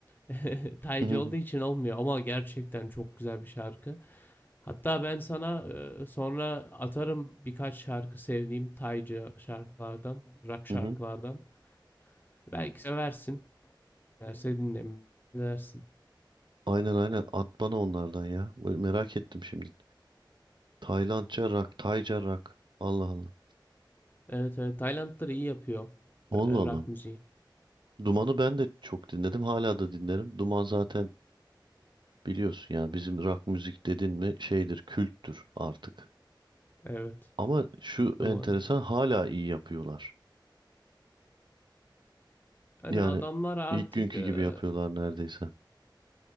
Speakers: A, on the left; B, on the right.
A: <laughs> taycı
B: Hı hı.
A: olduğu için olmuyor ama gerçekten çok güzel bir şarkı. Hatta ben sana e, sonra atarım birkaç şarkı sevdiğim taycı şarkılardan, rock şarkılardan.
B: Hı hı.
A: Belki seversin. Severse dinlersin.
B: Aynen aynen at bana onlardan ya. Böyle Merak ettim şimdi. Taylandca rock, Tayca rock. Allah Allah.
A: Evet, evet Taylandlar iyi yapıyor
B: Allah
A: e,
B: Allah.
A: rock müziği.
B: Duman'ı ben de çok dinledim. Hala da dinlerim. Duman zaten biliyorsun ya bizim rock müzik dedin mi şeydir, külttür artık.
A: Evet.
B: Ama şu
A: Duman.
B: enteresan hala iyi yapıyorlar.
A: Hani
B: Yani
A: adamlar artık
B: ilk günkü
A: e,
B: gibi yapıyorlar neredeyse.